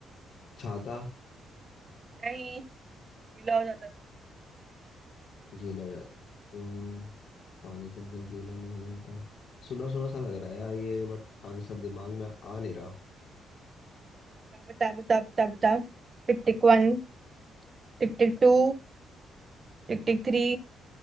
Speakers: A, on the left; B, on the right.
A: छाता
B: नहीं गीला हो जाता है वो
A: गीला हो जाता हम्म पानी के अंदर गीला नहीं होता सुना सुना सा लग रहा है यार ये बट आंसर दिमाग में आ नहीं रहा
B: बता बता बता बता Tick tick one tick tick two tick tick three